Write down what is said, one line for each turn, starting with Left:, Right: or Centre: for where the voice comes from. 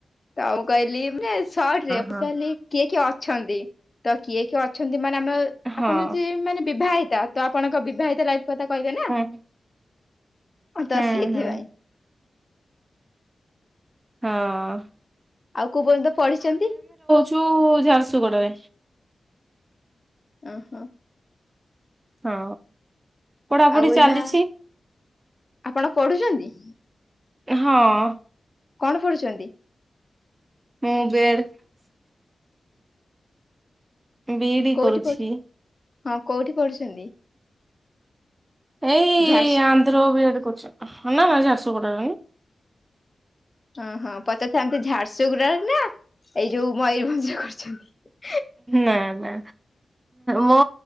Left: ତ ଆଉ କହିଲି ରେ
Right: ହଁ।
Left: କିଏ କିଏ ଅଛନ୍ତି? ତ କିଏ କିଏ ଅଛନ୍ତି ମେ ଆମ
Right: ହଁ
Left: ଆପଣ ହଉଛି ମାନେ ବିବାହିତ, ତ ଆପଣଙ୍କ ବିବାହିତ ଲାଇଫ କଥା କହିବେ ନା
Right: ହୁଁ
Left: ହ ତ
Right: ହୁଁ
Left: ସେଇଥିପାଇଁ
Right: ହୁଁ ହଁ
Left: ଆଉ କୋଉ ପର୍ଯ୍ୟନ୍ତ ପଢିଛନ୍ତି?
Right: <unintelligible> ଝାରସୁଗୁଡା ରେ
Left: ଓ, ହୋ
Right: ହଁ, ପଢାପଢି
Left: ଆଉ ଏଇନା
Right: ଚାଲିଛି।
Left: ଆପଣ ପଢୁଛନ୍ତି?
Right: ହଁ
Left: କଣ ପଢୁଛନ୍ତି?
Right: ହୁଁ, ବେଡ <unintelligible> ବିଇ, ଡି,
Left: କୋଉଠି
Right: କରୁଛି।
Left: ପଢୁ ହଁ, କୋଉଠି ପଢୁଛନ୍ତି?
Right: ଏଇ
Left: ଝାରସୁ
Right: ଆନ୍ଧ୍ର ବିଡେ କରୁଛି, ନା <unintelligible> ନାସୁ କଟ
Left: ଓ ହଁ ପଚାରିଥାନ୍ତି, ଝାରସୁଗୁଡା ର ନା ଏଇ ଯୋଉ ମୟୂରଭଞ୍ଜ କରିୁଛନ୍ତି?
Right: ନା, ନା। ମୋ